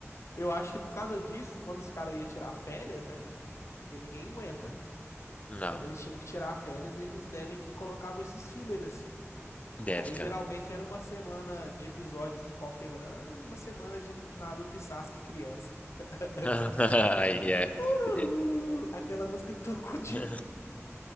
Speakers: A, on the left; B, on the left.
A: eu acho que por causa disso, quando os caras iam tirar férias, né? porque ninguém aguenta.
B: Não.
A: Quando eles tinham que tirar férias, eles devem que colocavam esses filler assim.
B: Deve,
A: Aí
B: cara.
A: geralmente era uma semana de episódio de pau quebrando e uma semana de Naruto e Sasuke criança. <laughs>
B: <laughs> Aí é.
A: Tururu!
B: Deve
A: Aquela música tocou de
B: <laughs>